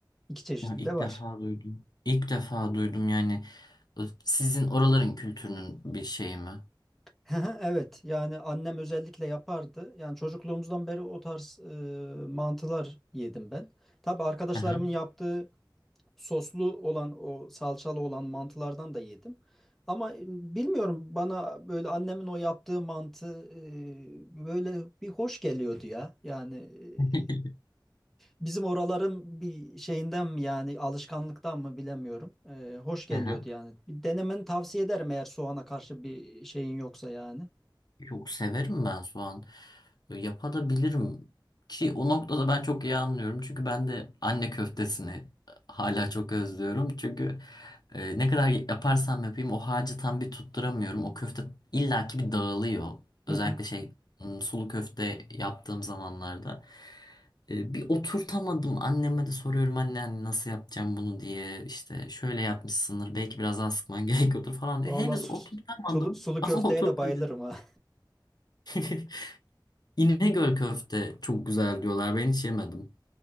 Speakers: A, in the centre; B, on the left.
A: İki çeşidi
B: Ya ilk
A: de var.
B: defa duydum. İlk defa duydum yani. Sizin oraların kültürünün bir şeyi mi?
A: <laughs> Evet yani annem özellikle yapardı. Yani çocukluğumuzdan beri o tarz e, mantılar yedim ben. Tabii arkadaşlarımın
B: Hı hı.
A: yaptığı soslu olan o salçalı olan mantılardan da yedim. Ama e, bilmiyorum bana böyle annemin o yaptığı mantı e, böyle bir hoş geliyordu ya. Yani e,
B: <laughs>
A: bizim oraların bir şeyinden mi yani alışkanlıktan mı bilemiyorum. E, hoş geliyordu
B: Hı hı.
A: yani. Bir denemeni tavsiye ederim eğer soğana karşı bir şeyin yoksa yani.
B: Yok severim ben soğan. E, Yapabilirim ki o noktada ben çok iyi anlıyorum. Çünkü ben de anne köftesini e, hala çok özlüyorum. Çünkü e, ne kadar yaparsam yapayım o harcı tam bir tutturamıyorum. O köfte illaki bir dağılıyor.
A: Hı
B: Özellikle
A: hı.
B: şey m, sulu köfte yaptığım zamanlarda. E, bir oturtamadım. Anneme de soruyorum anne, anne nasıl yapacağım bunu diye. İşte şöyle yapmışsındır belki biraz daha sıkman <laughs> gerekiyordur falan
A: Valla
B: diyor. Henüz
A: sulu,
B: oturtamadım
A: sulu köfteye
B: ama <laughs> oturtacağım.
A: de bayılırım ha.
B: <laughs> İnegöl köfte çok güzel diyorlar. Ben hiç yemedim.